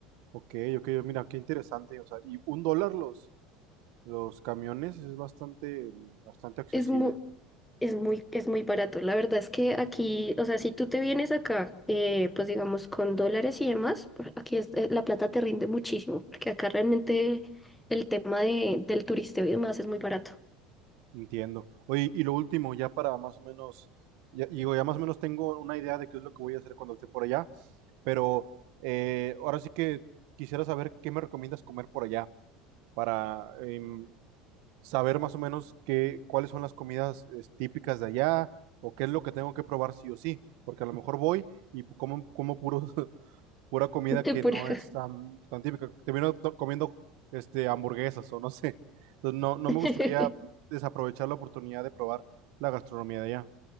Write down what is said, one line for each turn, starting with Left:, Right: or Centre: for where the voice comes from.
Right: Ok, ok, mira, qué interesante. O sea, y un dólar los, los camiones es bastante, bastante accesible.
Centre: Es muy, es muy, es muy barato. La verdad es que aquí, o sea, si tú te vienes acá, eh, pues digamos, con dólares y demás, por- aquí es- eh, la plata te rinde muchísimo, porque acá realmente el tema de, del turisteo y demás es muy barato.
Right: Entiendo. Oye, y lo último, ya para más o menos, ya, digo, ya más o menos tengo una idea de qué es lo que voy a hacer cuando esté por allá, pero eh, ahora sí que quisiera saber qué me recomiendas comer por allá para em, saber más o menos qué, cuáles son las comidas es, típicas de allá o qué es lo que tengo que probar sí o sí, porque a lo mejor voy y pues, como, como puros <laughs> pura comida
Centre: <laughs> Te
Right: que
Centre: pura.
Right: no es tan, tan típica. Termino to- comiendo este, hamburguesas o no sé. Entonces no, no
Centre: <laughs>
Right: me gustaría desaprovechar la oportunidad de probar la gastronomía de allá.